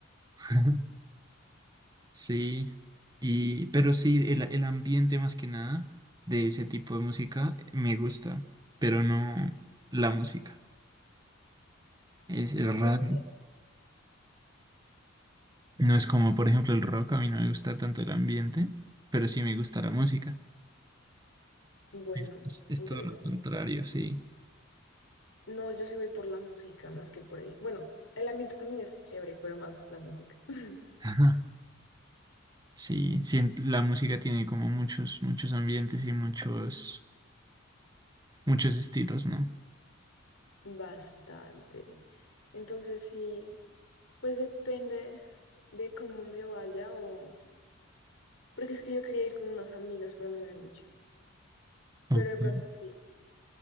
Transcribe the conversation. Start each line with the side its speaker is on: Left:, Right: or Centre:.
Right: <laughs> Sí, y, pero sí, el, el ambiente más que nada de ese tipo de música me gusta, pero no la música. Es, es
Left: Ok.
Right: raro. No es como, por ejemplo, el rock, a mí no me gusta tanto el ambiente, pero sí me gusta la música.
Left: Bueno,
Right: Es, es es
Left: interesante.
Right: todo lo contrario, sí.
Left: No, yo sí voy por la música más que por el... Bueno, el ambiente también es chévere, pero más la música. <laughs>
Right: Ajá. Sí, sí, en- la música tiene como muchos, muchos ambientes y muchos, muchos estilos, ¿no?
Left: Bastante. Entonces sí, pues depende de cómo me vaya o... Porque es que yo quería ir con unas amigas, pero no me han dicho.
Right: Ok.
Left: Pero de pronto sí,